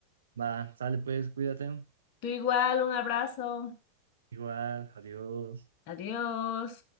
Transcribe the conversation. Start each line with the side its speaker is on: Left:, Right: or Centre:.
Right: Va, sale pues, cuídate.
Left: Tú igual, un abrazo.
Right: Igual, adiós.
Left: Adiós.